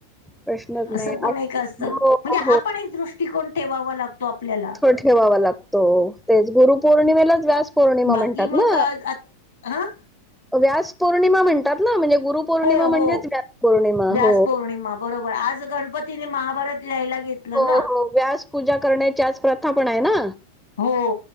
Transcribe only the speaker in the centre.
प्रश्नच
नाही. आ
हो,
हो,
हो.
तो ठेवावा लागतो तेच गुरु पौर्णिमेलाच व्यास पौर्णिमा
म्हणतात
ना
व्यास पौर्णिमा म्हणतात ना म्हणजे गुरु पौर्णिमा
म्हणजेच
व्यास पौर्णिमा
हो.
हो
हो व्यास पूजा करण्याची आज प्रथा पण आहे ना.